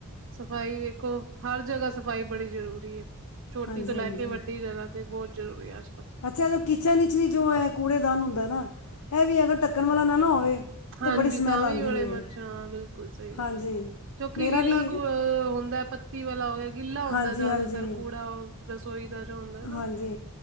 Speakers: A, on the right; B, on the left.
A: ਸਫ਼ਾਈ ਵੇਖੋ ਹਰ ਜਗਾ, ਸਫ਼ਾਈ ਬੜੀ ਜ਼ਰੂਰੀ ਹੈ। ਛੋਟੀ
B: ਹਾਂਜੀ
A: ਤੋਂ ਲੈ
B: ਹਾਂਜੀ
A: ਕੇ ਵੱਡੀ ਜਗ ਤੇ, ਬਹੁਤ ਜ਼ਰੂਰੀ ਆ।
B: ਅੱਛਾ ਜੇ ਕਿਚਨ ਵਿਚ ਵੀ, ਜੋ ਹੈ ਕੂੜੇਦਾਨ ਹੁੰਦਾ ਨਾ ਇਹ ਵੀ ਅਗਰ ਢੱਕਣ ਵਾਲਾ ਨਾ, ਨਾ ਹੋਵੇ।
A: ਹਾਂਜੀ,
B: ਤੇ ਬੜੀ ਸਮੈਲ
A: ਤਾਂ
B: ਆਉਂਦੀ
A: ਵੀ ਬੜੇ
B: ਹੈ
A: ਮੱਛਰ ਹਾਂ, ਬਿਲਕੁਲ ਸਹੀ ਗੱਲ
B: ਹਾਂਜੀ
A: ਹੈ। ਕਿਉਂਕਿ
B: ਮੇਰਾ
A: ਗਿੱਲਾ
B: ਵੀ
A: ਹੁੰਦਾ, ਪੱਤੀ ਵਾਲਾ ਹੋ ਗਿਆ। ਗਿੱਲਾ ਹੁੰਦਾ
B: ਹਾਂਜੀ
A: ਜ਼ਿਆਦਾਤਰ
B: ਹਾਂਜੀ
A: ਕੂੜਾ। ਰਸੋਈ ਦਾ ਜੋ। ਹੁੰਦਾ ਨਾ
B: ਹਾਂਜੀ,